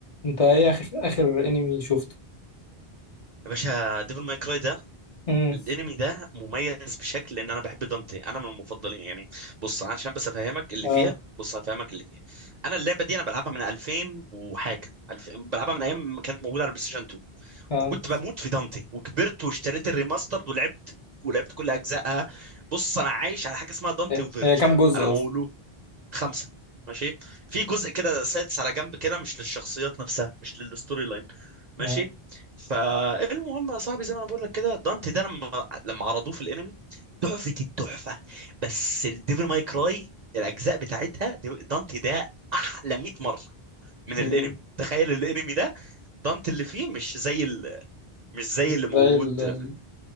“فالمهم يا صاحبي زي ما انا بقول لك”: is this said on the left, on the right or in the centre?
Right